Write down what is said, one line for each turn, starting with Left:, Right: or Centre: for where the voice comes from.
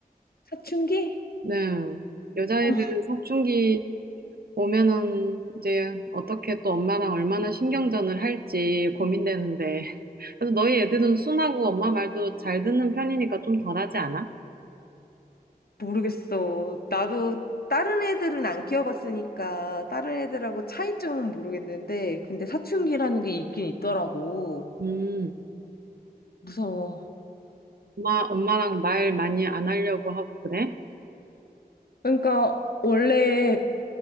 Left: 사춘기?
Right: 네. 여자애들은
Left: 어,
Right: 사춘기 오면은 이제 어떻게 또 엄마랑 얼마나 신경전을 할지 고민되는데. <laughs> 그래서 너희 애들은 순하고 엄마 말도 잘 듣는 편이니까 좀 덜하지 않아?
Left: 모르겠어. 나도 다른 애들은 안 키워봤으니까 다른 애들하고 차이점은 모르겠는데 근데 사춘기라는 게 있긴 있더라고.
Right: 음.
Left: 무서워.
Right: 엄마, 엄마랑 말 많이 안 하려고 하고 그래?
Left: 그러니까 원래